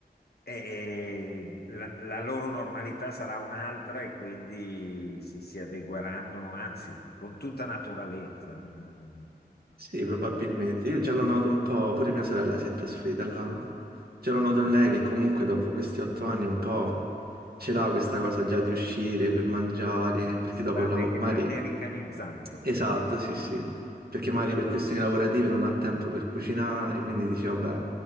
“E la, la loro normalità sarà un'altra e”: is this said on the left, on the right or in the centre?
Left